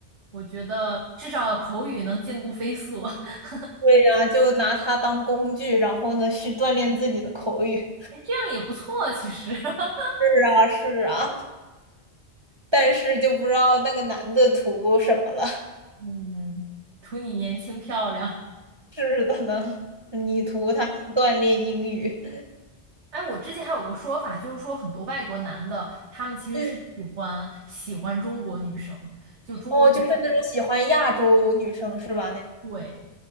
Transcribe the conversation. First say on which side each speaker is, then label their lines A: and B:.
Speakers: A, on the right; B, on the right.
A: 我觉得至少口语能进步飞速，<laughs>
B: 对呀，就拿它当工具，然后呢去锻炼自己的口语。
A: 哎，这样也不错，其实，<laughs>
B: 是啊，是啊，但是就不知道那个男的图什么了。
A: 嗯，图你年轻漂亮。
B: 是的呢，<laughs> 你图他锻炼英语。
A: 哎，我之前还有个说法，就是说很多外国男的，他们其实是喜欢喜欢中国女生，
B: 嗯，
A: 就中国女生，
B: 哦，就是那种喜欢亚洲女生是吧？那，
A: 对，